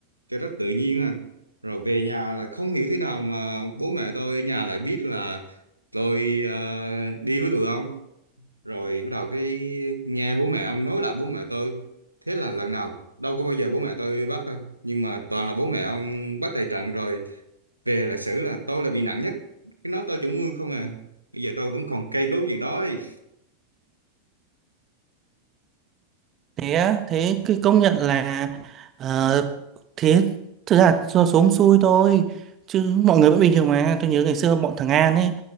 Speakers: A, on the right; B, on the right.
A: cho rất tự nhiên à rồi về nhà là không hiểu thế nào mà bố mẹ tôi ở nhà lại biết là tôi ờ, đi với tụi ông rồi bắt đầu cái nghe bố mẹ ông nói lại bố mẹ tôi thế là lần nào đâu có bao giờ bố mẹ tôi bắt đâu nhưng mà toàn là bố mẹ ông bắt tại trận rồi về là xử là tôi là bị nặng nhất cái nói tôi chủ mưu không à bây giờ tôi vẫn còn cây cấu gì đó ấy.
B: Thế á, thế cái công nhận là ờ, thế thực ra do số xui thôi chứ mọi người vẫn bình thường mà. Tôi nhớ ngày xưa bọn thằng An ấy